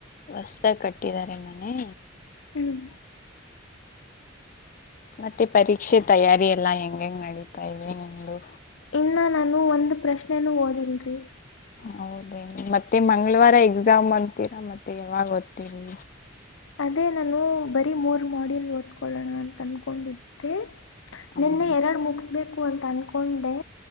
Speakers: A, on the left (about 40°); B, on the left (about 75°).
A: ಹೊಸದಾಗಿ ಕಟ್ಟಿದ್ದಾರೆ ಮನೆ
B: ಹ್ಮ್
A: ಮತ್ತೆ ಪರೀಕ್ಷೆ ತಯಾರಿ ಎಲ್ಲಾ ಹೆಂಗ ಹೆಂಗ್ ನಡೀತಾ ಇದೆ ನಿಮ್ದು
B: ಇನ್ನು ನಾನು ಒಂದು ಪ್ರಶ್ನೆನೂ ಓದಿಲ್ರಿ
A: ಹೌದೇ ಮತ್ತೆ ಮಂಗಳವಾರ ಎಕ್ಸಾಮ್ ಅಂತೀರಾ ಮತ್ತೆ ಯಾವಾಗ ಓತೀರಿ
B: ಅದೇ ನಾನು ಬರೀ ಮೂರ್ ಮಾಡ್ಯೂಲ್ ಓದ್ಕೊಳ್ಳೋಣ ಅಂತ ಅನ್ಕೋ ಕೊಂಡಿದ್ದೆ
A: ಹ್ಮ್
B: ನಿನ್ನೆ ಎರಡು ಮುಗಿಸಬೇಕು ಅಂತ ಅನ್ಕೊಂಡೆ